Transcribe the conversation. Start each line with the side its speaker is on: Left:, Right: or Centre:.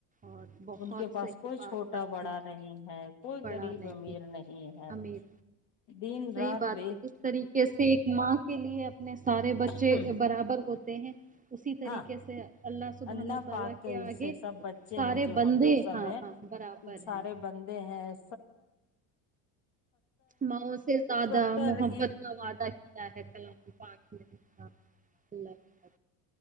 Left: <unintelligible>
Right: اور بہت
Left: ان کے پاس
Right: صحیح
Left: کوئی
Right: بات
Left: چھوٹا
Right: آپ
Left: بڑا
Right: نے
Left: نہیں ہے کوئی
Right: پڑھا
Left: غریب
Right: نہیں
Left: امیر نہیں ہے
Right: امیر
Left: دن
Right: صحیح
Left: رات
Right: بات
Left: د
Right: ہے جس طریقے سے ایک ماں کے لیے اپنے سارے بچے
Left: ہیں
Right: برابر ہوتے ہیں اسی طریقے
Left: ہاں
Right: سے <unintelligible> <unintelligible>
Left: اللہ پاک کے حصے سب بچے ہیں جو
Right: بندے
Left: ہم لوگ سب
Right: ہاں
Left: ہیں
Right: ہاں برابر
Left: سارے
Right: ہیں
Left: بندے ہیں <unintelligible> ا
Right: ماؤں سے زیادہ
Left: ستر
Right: محبت
Left: <unintelligible>
Right: کا وعدہ کیا ہے کلام پاک میں ہاں، اللہ